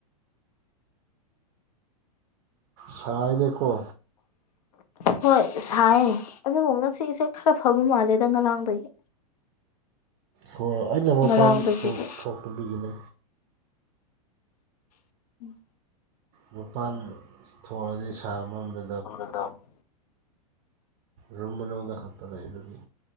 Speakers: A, on the right; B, on the left.
A: ꯁꯥꯏꯗꯦꯀꯣ
B: ꯍꯣꯏ ꯁꯥꯏꯌꯦ ꯑꯗꯨꯕꯨ ꯉꯁꯤꯁꯦ ꯈꯔ ꯐꯕ ꯃꯥꯜꯂꯦꯗ ꯉꯔꯥꯡꯗꯒꯤ
A: ꯍꯣ ꯑꯩꯅ ꯃꯄꯥꯟ
B: ꯉꯔꯥꯡꯗꯒꯤꯗꯤ
A: ꯊꯣꯛ ꯊꯣꯛꯇꯕꯤꯒꯤꯅꯤ
B: <inaudible>
A: ꯃꯄꯥꯥꯟ ꯊꯣꯛꯔꯗꯤ ꯁꯥꯃꯟꯕ
B: <unintelligible>
A: ꯔꯨꯝ ꯃꯅꯨꯡꯗ ꯈꯛꯇ ꯂꯩꯕꯒꯤ